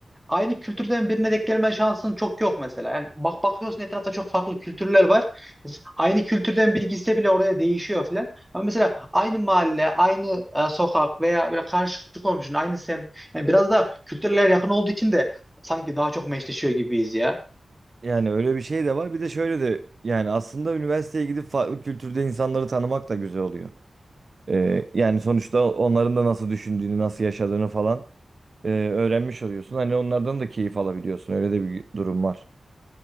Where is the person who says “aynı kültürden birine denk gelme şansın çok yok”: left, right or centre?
Centre